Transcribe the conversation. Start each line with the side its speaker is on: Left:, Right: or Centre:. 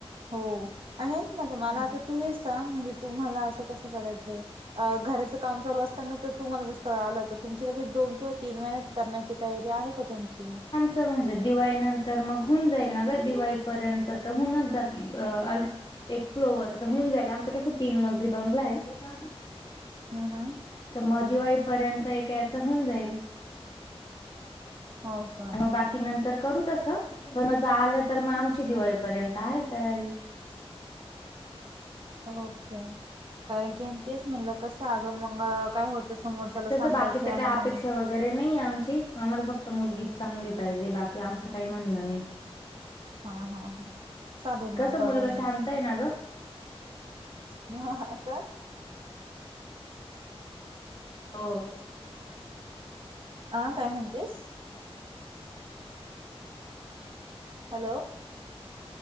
Right: हो, आणि ऐक ना ग
Left: अच्छा.
Right: मला आता तू हेच सांग म्हणजे तुम्हाला अस कसं करायचय. अ घराचं काम चालू असताना जर तुम्हाला जर स्थळ आल त तुमची लगेच दोन किंवा तीन महिन्यात करण्याची तयारी आहे का तुमची?
Left: च म्हणजे दिवाळी नंतर मग होऊन जाईल ना ग दिवाळीपर्यंत तर होऊनच जात अ अल एक फ्लोवरच होऊन जाईल आमचं कसं तीन मजली बंगला आहे <inaudible>
Right: हम्म हम्म
Left: तर म दिवाळीपर्यंत एक याच होऊन जाईल.
Right: हो स
Left: मग बाकी नंतर करू तस, पण म जर आलं तर मग आमची दिवाळीपर्यंत आहे तयारी.
Right: ओके, कारण की तेच म्हटलं कसं अग मंग काय हो समोरच्याला
Left: तसं
Right: सांगायच
Left: बाकी तर काही
Right: आणि
Left: अपेक्षा
Right: मंग
Left: वगैरे नाही आमची आम्हाला फक्त मुलगीच चांगली पाहिजे बाकी आमचं काही म्हणणं नाही.
Right: हा हा हा, चालेल
Left: कसं
Right: ना कळवेन
Left: मुलगा शांत आहे ना ग
Right: मी <unintelligible>
Left: हो
Right: आ, काय म्हणतेस? हॅलो